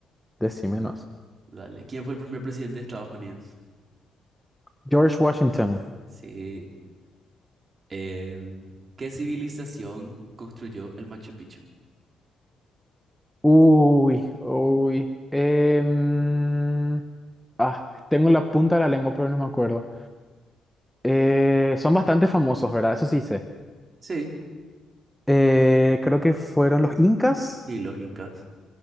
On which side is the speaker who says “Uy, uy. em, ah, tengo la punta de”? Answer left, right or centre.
Centre